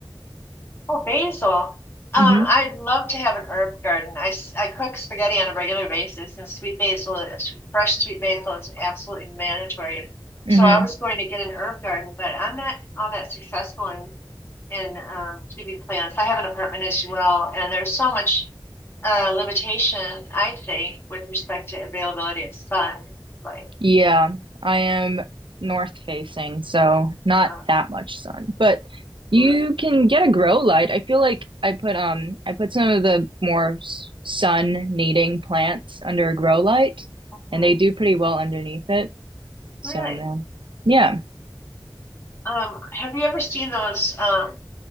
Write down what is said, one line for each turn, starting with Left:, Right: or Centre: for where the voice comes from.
Left: Oh, basil. Um,
Right: Mm-hmm.
Left: I'd love to have an herb garden. I, s- I cook spaghetti on a regular basis, and sweet basil, is- fresh sweet basil is absolutely mandatory.
Right: Mm-hmm.
Left: So I was going to get an herb garden, but I'm not all that successful in in um, keeping plants. I have an apartment as well, and there's so much uh, limitation, I think, with respect to availability of sun, like.
Right: Yeah, I am north facing, so not
Left: uh,
Right: that much sun. But you
Left: Right.
Right: can get a grow light. I feel like I put um I put some of the more sun needing plants under a grow light
Left: Uh-huh.
Right: and they do pretty well underneath it. So,
Left: Really?
Right: man. Yeah.
Left: Um, have you ever seen those um